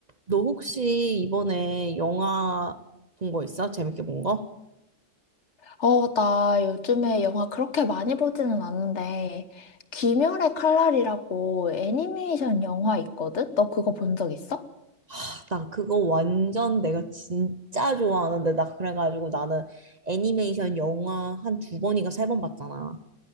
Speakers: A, on the right; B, on the left.
A: 너 혹시 이번에 영화 본 거 있어? 재밌게 본 거?
B: 어, 나 요즘에 영화 그렇게 많이 보지는 않는데, 귀멸의 칼날이라고 애니메이션 영화 있거든? 너 그거 본 적 있어?
A: 아, 나 그거 완전 내가 진짜 좋아하는데 나 그래가지고 나는 애니메이션 영화 한 두 번인가 세 번 봤잖아.